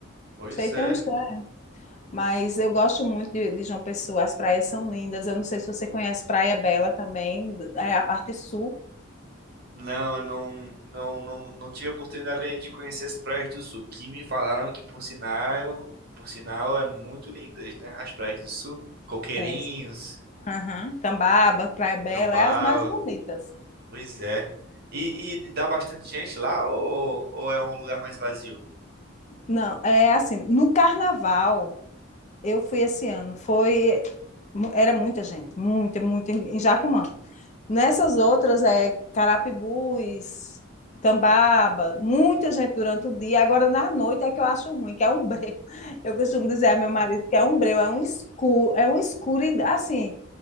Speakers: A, on the right (about 45°); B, on the left (about 35°).
A: pois
B: Achei tão
A: é.
B: estranho. Mas eu gosto muito de, de João Pessoa, as praias são lindas. Eu não sei se você conhece Praia Bela também, é a parte sul.
A: Não, eu não, não, não, não tive a oportunidade ainda de conhecer as praias do sul, que me falaram que por sinal, por sinal é muito lindas, né? As praias do sul, Coqueirinhos,
B: É. Aham. Tambaba, Praia Bela,
A: Tambaú,
B: é as mais bonitas.
A: pois é. E, e dá bastante gente lá ou, ou é um lugar mais vazio?
B: Não, é assim, no carnaval. Eu fui esse ano. Foi era muita gente, muita, muita em em Jacumã. Nessas outras é Carapibus, Tambaba, muita gente durante o dia. Agora, na noite, é que eu acho ruim, que é um breu. <laughs> Eu costumo dizer a meu marido que é um breu, é um escuro, é um escuro, e, assim,